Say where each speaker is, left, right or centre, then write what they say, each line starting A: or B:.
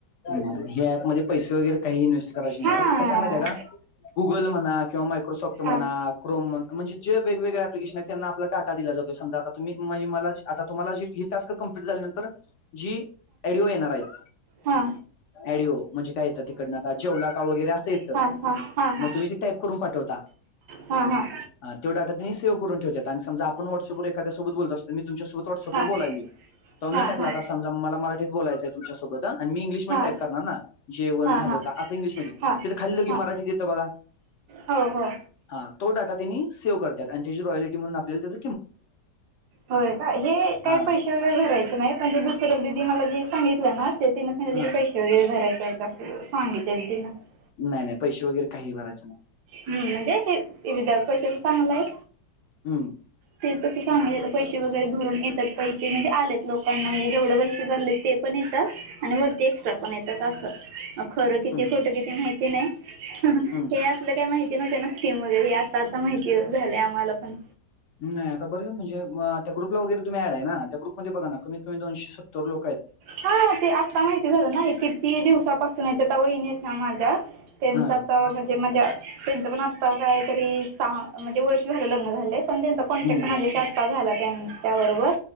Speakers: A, on the left (about 65°); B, on the right (about 70°).
A: ग्यपमध्ये पैसे वगैरे काही इन्व्हेस्ट करायचे नाहीत
B: हां
A: फक्त कसंय माहिती आहे का? गुगल म्हणा किंवा मायक्रोसॉफ्ट
B: हां
A: म्हणा, क्रोम म्हण. म्हणजे वेगवेगळळे अप्लिकेशन आहेत त्यांना आपला डाटा दिला जातो समजा आता तुम्ही <unintelligible> आता तुमला जी एक. टास्क कंप्लीट झाल्यानंतर जी एडिओ येणार आहेत...
B: हा..
A: ऐडिओ... म्हणजे काय येत? तिकडन आ जेवलाका वगैरे अस येत
B: हां हां हां हां
A: मग तुम्ही ते टाईप करून पाठवता.
B: हां हां
A: हा तो डाटा त्यानी सेव करून ठेवत्यात आणि समजा आपण व्हॉट्अपवर एखद्या सेबत बोलत असतोय मि.. तुच्यासोबत व्हॉ्सअँप वर
B: हां
A: बोलायली मी. त
B: हां
A: मी टकला
B: हां
A: आता समज मला मराठीत बोलायंय तुच्यासोबत अ आणि मी इंग्िशमध्ये
B: हां
A: टाप करणार ना जे वण
B: हां
A: झालं
B: हां
A: का असं इंग्लिशमध्येध्ये
B: हां
A: तिथ खाली लोघी
B: हां
A: मराठीत येतं बघा
B: हो हो
A: हा तो डा तिनी सेव्ह करत्यात आणि जची रॉयल्टी म्हणून आपल्याला त्याच
B: होय काय हे काय
A: हा
B: पैसेवर भरायच नाही पहिल्या दुसऱ्या दिदी ने मला जे सांगितलं ना ते तिने
A: हा
B: पैसे. वगैरे भरायय का सांगित ना <unintelligible>
A: नाय नाय पैसे वगैरे काहीही भरायचचे नाही
B: हम म्हणजे, ते विदर् क्वेश्चन ते चांगला आय.
A: हम्म
B: ते तसं सांगलेल पैसे वगैरे भरून येतात पैसे म्हणजे आलेत लोकांना म्हणजे जेवढे पैसे भरलेत तेच. पण येतात आणि वरती एक्ट्रा पण येतात अस. खरं किती
A: हम्म
B: खोटं
A: हम्म
B: किती माहिती नाय हं हं
A: हम्म
B: हे असलं काय माहित. नाय त्यांना किमो देऊया आता आता माहिती झालंय आम्हाला पण.
A: नाय आता बरंच म्हणजे त्या ग्रुपला वगैरे ऐड आहे ना त्या ग्रुपमध्ये बघा कमीत कमी दोनशे सत्तर लोक आहेत.
B: हा ते आत्ता माहिती झालं ना किती दिवसापासून य वहिन आहेत त्या माझ्या. त्यांच
A: हा
B: आता म्हणजे माज्या त्यांच पण आत्ता काहीतरी सहा म्हणजे वर्ष झाल लग्नाला झालंय पण त्यांच कॉन्टॅक्ट
A: हम्म
B: माझ्याशी आता झालाय त्याच्या त्याबरोबर.